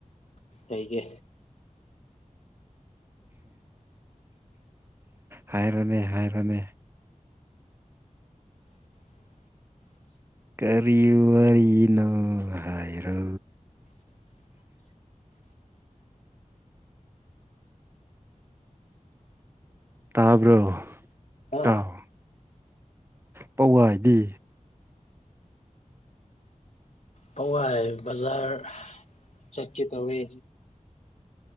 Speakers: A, on the left (about 55°); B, on the right (about 15°).
A: ꯑꯩꯒꯦ
B: ꯍꯥꯏꯔꯣꯅꯦ ꯍꯥꯏꯔꯣꯅꯦ
A: <unintelligible>
B: ꯀꯔꯤꯋꯥꯔꯤꯅꯣ ꯍꯥꯏꯔꯣ
A: <inaudible>
B: ꯇꯥꯕ꯭ꯔꯣ ꯙꯇꯥꯎ
A: ꯑ
B: ꯄꯋꯥꯏꯅꯤ
A: ꯄꯧ ꯍꯥꯏ ꯕꯖꯥꯔ ꯆꯠꯀꯦ ꯇꯧꯋꯤ